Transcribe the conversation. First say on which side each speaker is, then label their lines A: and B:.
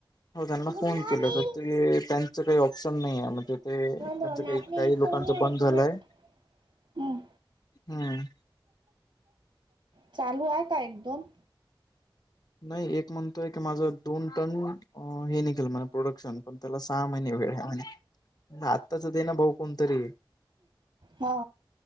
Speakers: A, on the left; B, on the right.
A: हो त्यांना
B: गुड
A: फोन
B: मॉर्निंग
A: केला तर ते त्यांच काही ऑप्शन नाहीे म्हणजे. ते त्यांचं
B: दोन
A: काही
B: आपले
A: काही
B: इथून
A: लोकांच बंद झालंय
B: हम्म
A: हम्म
B: चालू आहे का एकदोन
A: नाही एक म्हणतोय की माझ दोन टन हे निघेल म्ह प्रोडक्शन पण त्याला सहा महिने वेळ म्ह आत्ताच दे ना भाऊ कोणतरी
B: हा.